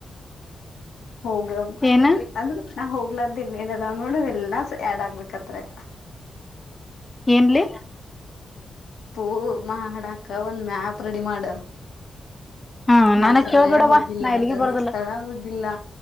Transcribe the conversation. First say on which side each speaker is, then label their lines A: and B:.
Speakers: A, on the left (about 85°); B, on the left (about 15°).
A: ಹೋಗ
B: ಏನ
A: ಅಂದ್ರ ನಾ ಹೋಗ ಆಗ್ಲ್ದನ್ ಏನದ್ಬಡ ಎಲ್ಲ ಆಡ್ ಆಗ್ಬೇಕತ್ರ
B: ಏನ್ಲಿ
A: ಪ್ಪೂ ಮಾ ಹಡಾಕ ಒಂದ್ ಮ್ಯಾಪ್ ರೆಡಿ ಮಾಡ
B: ಹ್ಮ
A: ಮಂತ್ರಾಲಯ
B: ನನಗ್ ಕೇಳ್ಬೇಡವ
A: ಹೋಗಿಲ್ಲ
B: ನಾ ಎಲ್ಲಿಗೆ
A: ಧರ್ಮಸ್ಥಳ
B: ಬರೋದಿಲ್ಲ
A: ಹೋಗಿಲ್ಲ